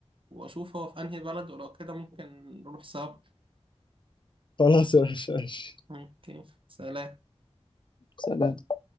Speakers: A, on the right; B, on the left.
A: واشوف هو في انهي بلد ولو كده ممكن نروح سوا
B: خلاص يا باشا ماشي.
A: اوكي سلام
B: سلام